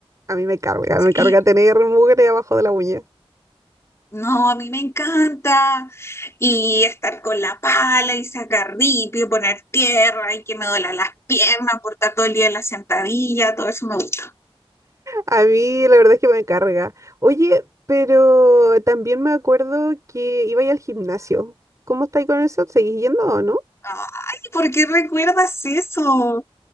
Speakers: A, on the right; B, on the left.
A: A mí me carga,
B: Sí.
A: me carga tener mugre abajo de la uña.
B: No, a mí me encanta. Y estar con la pala y sacar ripio, poner tierra y que me duela las piernas, por estar todo el día en la sentadilla. Todo eso me gusta.
A: A mí la verdad es que me carga. Oye, pero también me acuerdo que iba a al gimnasio. ¿Cómo estáis con eso? ¿Seguís yendo o no?
B: Ay, ¿por qué recuerdas eso?